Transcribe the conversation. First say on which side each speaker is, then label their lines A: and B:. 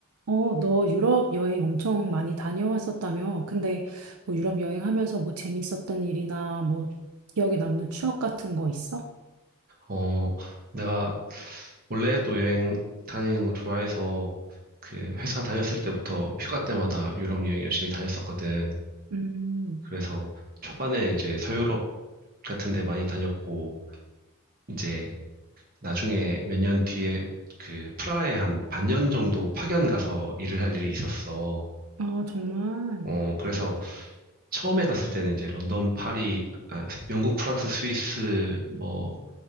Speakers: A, on the right; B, on the right.
A: 어, 너 유럽 여행 엄청 많이 다녀왔었다며? 근데 뭐 유럽 여행하면서 뭐 재밌었던 일이나 뭐 기억에 남는 추억 같은 거 있어?
B: 어, 내가 원래도 여행 다니는 거 좋아해서 그 회사 다녔을 때부터 휴가 때마다 유럽 여행 열심히 다녔었거든.
A: 음,
B: 그래서 초반에 이제 서유럽 같은 데 많이 다녔고, 이제 나중에 몇 년 뒤에 그 프라하에 한 반년 정도 파견 가서 일을 할 일이 있었어.
A: 아, 정말.
B: 어, 그래서 처음에 갔을 때는 이제 런던, 파리, 아, 영국, 프랑스, 스위스, 뭐,